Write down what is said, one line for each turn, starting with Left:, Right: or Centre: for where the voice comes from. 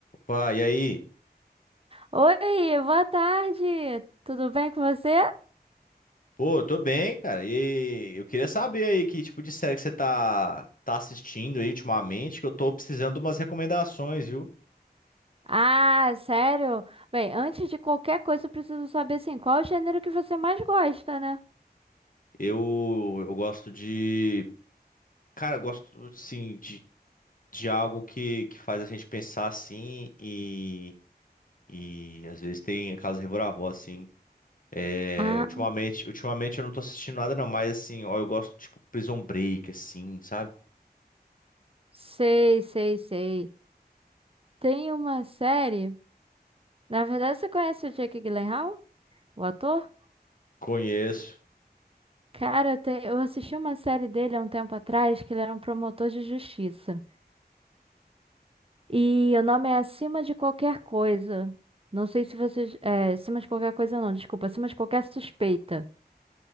Left: Pá, e aí?
Right: Oi, boa tarde. Tudo bem com você?
Left: Pô, tô bem, cara. E eu queria saber aí que tipo de série que você tá, tá assistindo aí ultimamente, que eu tô precisando de umas recomendações, viu?
Right: Ah, sério? Bem, antes de qualquer coisa, eu preciso saber assim, qual é o gênero que você mais gosta, né?
Left: Eu, eu gosto de. Cara, eu gosto, assim, de, de algo que, que faz a gente pensar assim e, e às vezes tem aquelas reviravoltas, assim. É,
Right: Ah,
Left: ultimamente, ultimamente eu não tô assistindo nada, não, mas assim, ó, eu gosto, tipo, Prison Break, assim, sabe?
Right: sei, sei, sei. Tem uma série. Na verdade, você conhece o Jake Gyllenhaal, o ator?
Left: Conheço
Right: Cara, eu, te- eu assisti uma série dele há um tempo atrás, que ele era um promotor de justiça. E o nome é Acima de Qualquer Coisa. Não sei se vocês. É, acima de qualquer coisa, não, desculpa. Acima de qualquer suspeita.